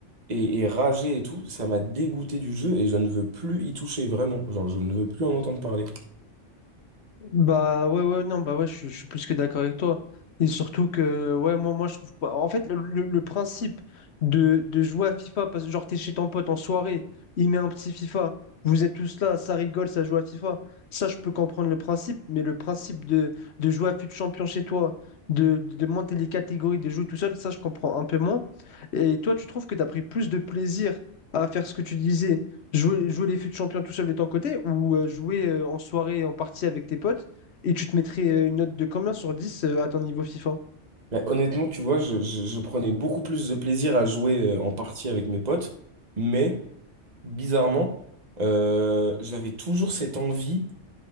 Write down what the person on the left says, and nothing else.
Bah ouais ouais non bah ouais je, suis je suis plus que d'accord avec toi et surtout que ouais moi moi je trouve pas en fait le, le- le principe de, de jouer à FIFA parce que genre t'es chez ton pote en soirée il met un petit FIFA vous êtes tous là ça rigole ça joue à FIFA ça je peux comprendre le principe mais le principe de, de jouer à FUT Champion chez toi de, de monter les catégories de jouer tout seul ça je comprends un peu moins et toi tu trouves que t'as pris plus de plaisir à faire ce que tu disais Jouer, jouer les fûts champions tout seul de ton côté ou euh, jouer euh, en soirée en partie avec tes potes et tu te mettrais euh, une note de combien sur 10 euh, à ton niveau FIFA?